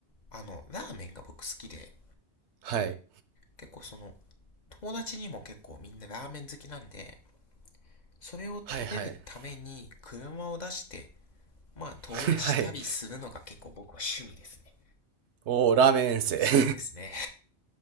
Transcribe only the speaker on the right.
はい。
はいはい。
<laughs> はい。おー、ラーメン遠征。
<laughs>